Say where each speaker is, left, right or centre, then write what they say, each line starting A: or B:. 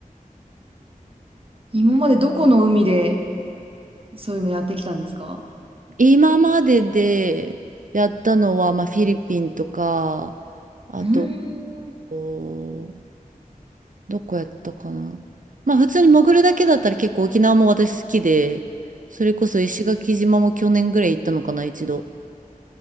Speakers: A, on the right (about 40°); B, on the right (about 65°).
A: 今までどこの海でそういうのやってきたんですか
B: 今まででやったのは、まあ、フィリピンとか、あと、
A: うーん。
B: おどこやったかな。まあ、普通に潜るだけだったら結構沖縄も私好きで、それこそ石垣島も去年ぐらい行ったのかな、一度。